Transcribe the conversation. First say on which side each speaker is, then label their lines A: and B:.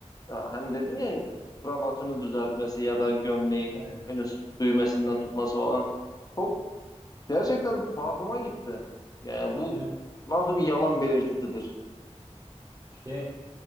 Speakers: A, on the left; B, on the right.
A: e, hani dedin ya kravatını düzeltmesi ya da gömleğin
B: evet,
A: en üst düğmesinden tutması falan çok gerçekten tuhafıma gitti. Yani bu
B: evet.
A: nasıl bir yalan belirtisidir?
B: İşte